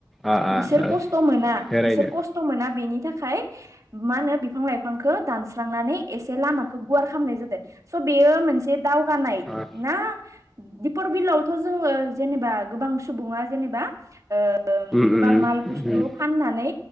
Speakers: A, in the centre; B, on the right.
A: आ-
B: बिसोर
A: आ ओ।
B: खस्थ' मोना
A: बेरायनो
B: बिसोर खस्थ' मोना बेनि थाखाय। मा होनो बिफां लाइफांखौ दानस्रांनानै एसे लामाखौ गुवार खालामनाय जादों स बे मोनसे दावनाय
A: आ
B: ना दी पर बिलआवथ' जोङो जेनेबा गोबां सुबुङा जेनेबा ओ ओ
A: उम
B: गोबां
A: उम
B: माल
A: उम
B: बुसतु जु फाननानै